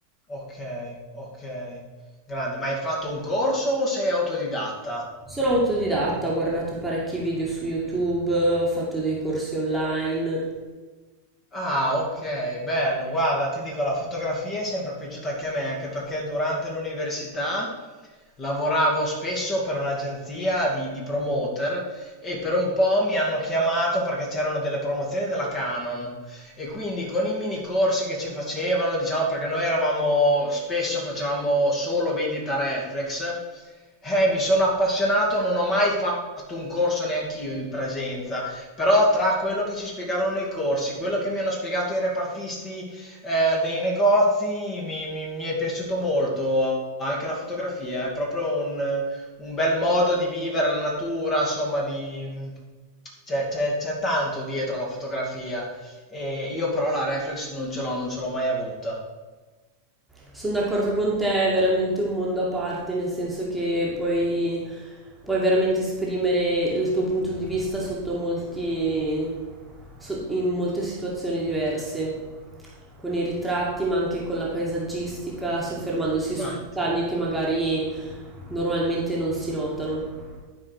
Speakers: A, on the left; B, in the centre.
A: ok, ok. Grande, ma hai fatto un corso o sei autodidatta?
B: Sono autodidatta, ho guardato parecchi video su YouTube, ho fatto dei corsi online.
A: Ah, ok, bello. Guarda, ti dico, la fotografia è sempre piaciuta anche a me, anche perché durante l'università lavoravo spesso per un'agenzia di, di promoter e per un po' mi hanno chiamato perché c'erano delle promozioni della Canon e quindi con i mini corsi che ci facevano, diciamo perché noi eravamo spesso facevamo solo vendita reflex, eh, mi sono appassionato, non ho mai fatto un corso neanch'io in presenza però tra quello che ci spiegavano nei corsi, quello che mi hanno spiegato i repartisti eh, dei negozi, mi, mi- mi è piaciuto molto. Anche la fotografia è proprio un, un bel modo di vivere la natura, insomma, di- c'è c'è- c'è tanto dietro la fotografia. E io però la reflex non ce l'ho, non ce l'ho mai avuta.
B: Sono d'accordo con te, è veramente un mondo a parte, nel senso che puoi, puoi veramente esprimere il tuo punto di vista sotto molti, so- in molte situazioni diverse, con i ritratti, ma anche con la paesaggistica, soffermandosi
A: Infatti.
B: su dettagli che magari normalmente non si notano.